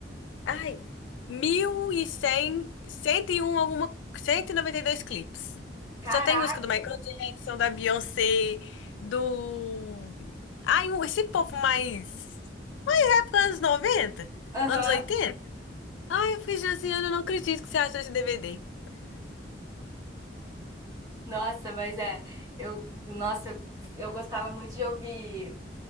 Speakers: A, on the left; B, on the right.
A: Ai, mil e cem cento e um alguma, cento e e noventa e dois clipes.
B: Caraca!
A: Só tem música do Michael Jackson, da Beyoncé, do... Ai, um- esse povo mais... da época anos 90?
B: Aham.
A: Anos 80? Ai, eu fiquei, Josiana, eu não acredito que você achou esse DVD.
B: Nossa, mas é. Eu, nossa, eu gostava muito de ouvir.